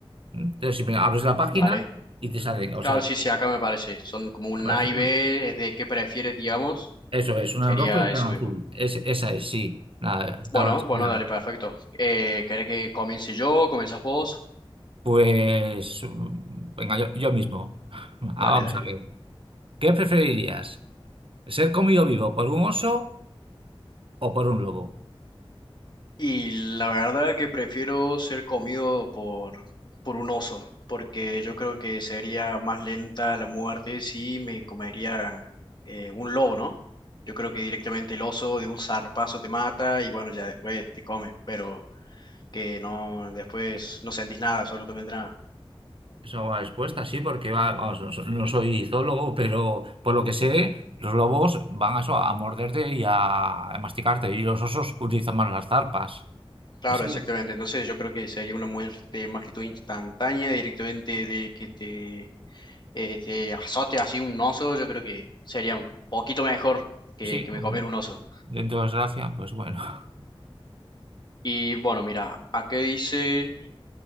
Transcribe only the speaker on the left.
Dale.
Claro,
sí,
sí, acá me parece. Son como un
A y
B, es de qué prefieres, digamos.
Sería
eso
mismo.
Bueno,
bueno, dale, perfecto. Eh, ¿querés que comience yo? ¿Comienzas vos?
Dale,
dale.
Y la verdad que prefiero ser comido por, por un oso, porque yo creo que sería más lenta la muerte si me comería eh, un lobo, ¿no? Yo creo que directamente el oso de un zarpazo te mata y bueno, ya después te come, pero que no, después no sentís nada, solo te vendrá
Claro,
exactamente. Entonces yo creo que sería una muerte más que todo instantánea, directamente de que te, eh, te azote así un oso, yo creo que sería un poquito mejor que,
que me comer un oso.
Y bueno, mira, aquí dice